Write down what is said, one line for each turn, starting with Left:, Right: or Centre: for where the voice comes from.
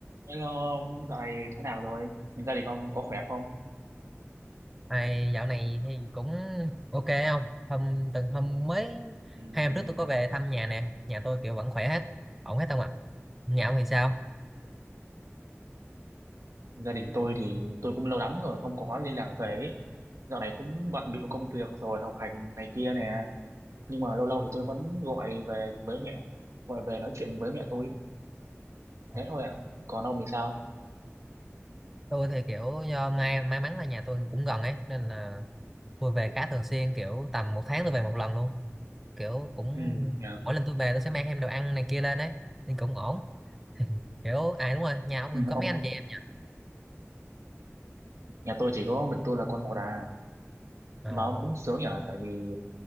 Right: Hello ông, dạo này thế nào rồi? Gia đình ông có khỏe không?
Centre: Này, dạo này thì cũng ok không? Hôm từng hôm mới
Right: Ừm,
Centre: hai hôm trước tôi có về thăm nhà nè, nhà tôi kiểu vẫn khỏe hết, ổn hết không ạ? Nhà ông thì sao?
Right: gia đình tôi thì tôi cũng lâu lắm rồi không có liên lạc về ấy. Dạo này cũng bận bịu công việc rồi học hành này kia nè. Nhưng mà lâu lâu thì tôi vẫn gọi về với mẹ, gọi về nói chuyện với mẹ tôi.
Centre: Ờ,
Right: Thế thôi ạ. Còn ông thì sao?
Centre: Tôi thì kiểu do may may mắn là nhà tôi cũng gần ấy nên là tôi về khá thường xuyên kiểu tầm một tháng tôi về một lần luôn. Kiểu cũng
Right: Ừ, nhà,
Centre: mỗi lần tôi về tôi sẽ mang thêm đồ ăn này kia lên ấy nên cũng ổn. Kiểu à đúng rồi, nhà ông mình
Right: ừ,
Centre: có
Right: ông,
Centre: mấy anh chị em nhỉ?
Right: nhà tôi chỉ có mình tôi là con một à.
Centre: Ờ,
Right: Mà ông cũng sướng nhỉ? Tại vì